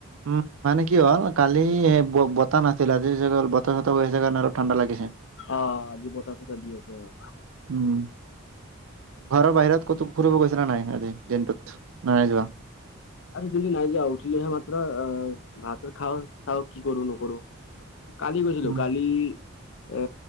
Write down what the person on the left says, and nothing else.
অ' আজি বতাহ চতাহ দি আছে অ'।
আজি দিন নাই যোৱা, উঠিলোহে মাত্ৰ। আ, ভাত চাত খাওঁ চাও কি কৰোঁ নকৰোঁ। কালি গৈছিলোঁ,
কালি এ,